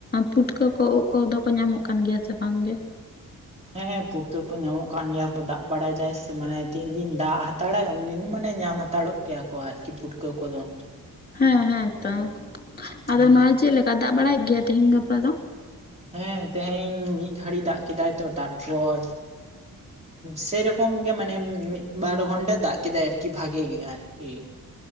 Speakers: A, on the left; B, on the right.
A: ᱯᱩᱴᱠᱟᱹ ᱠᱚ ᱳᱠ ᱠᱚᱫᱚ ᱠᱚ ᱧᱟᱢᱚᱜ ᱠᱟᱱ ᱜᱮᱭᱟ ᱥᱮ ᱵᱟᱝ ᱜᱮ?
B: ᱦᱮᱸ ᱦᱮᱸ ᱯᱩᱠᱟᱹ ᱠᱚ ᱧᱟᱢᱚᱜ ᱠᱟᱱ ᱜᱮᱭᱟ ᱠᱚ ᱫᱟᱜ ᱵᱟᱲᱟᱭ ᱫᱟᱭ ᱥᱮ, ᱢᱟᱱᱮ ᱛᱤᱱ ᱫᱤᱱ ᱫᱟᱜ ᱦᱟᱛᱟᱲᱟᱭ ᱩᱱᱫᱤᱱ ᱢᱟᱱᱮ ᱧᱟᱢ ᱦᱟ ᱛᱟᱲᱚᱜ ᱜᱮᱭᱟ ᱠᱚ ᱟᱨᱠᱤ ᱯᱩᱴᱠᱟᱹ ᱠᱚᱫᱚ ᱾
A: ᱦᱮᱸ ᱦᱮᱸ ᱛᱚ, ᱟᱫᱚ
B: ᱦᱮᱸ
A: ᱱᱚᱜᱼᱚᱭ ᱪᱮᱫ ᱞᱮᱠᱟ ᱫᱟᱜ ᱵᱟᱲᱟᱭᱮᱜ‌ ᱜᱮᱭᱟ ᱛᱮᱦᱮᱧ ᱜᱟᱯᱟ ᱫᱚ?
B: ᱦᱮᱸ ᱛᱮᱦᱮᱧ ᱢᱤᱜ ᱜᱷᱟᱹᱲᱤ ᱫᱟᱜ ᱠᱮᱫᱟᱭ ᱛᱚ ᱛᱟᱨᱯᱚᱨᱼᱼ ᱥᱮᱨᱚᱠᱚᱢ ᱜᱮ ᱢᱟᱱᱮ ᱢᱤᱜ ᱵᱟᱨ ᱜᱷᱚᱱᱴᱟ ᱫᱟᱜ ᱠᱮᱫᱟᱭ ᱟᱨᱠᱤ ᱵᱷᱟᱜᱮ ᱜᱮ ᱾ ᱟᱨ ᱠᱤᱼᱼ